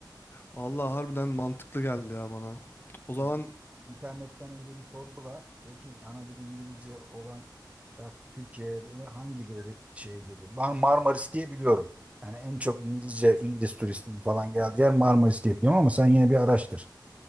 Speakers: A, on the left; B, on the right.
A: Allah harbiden mantıklı geldi ya bana. O zaman
B: Gidip İnternetten önce bir sorgula. De ki ana dili İngilizce olan bak Türkiye'de de hangi böyle şeye geliyor? Ben Marmaris diye biliyorum. Yani en çok İngilizce, İngiliz turistinin falan geldiği yer Marmaris diye biliyorum ama sen yine bir araştır.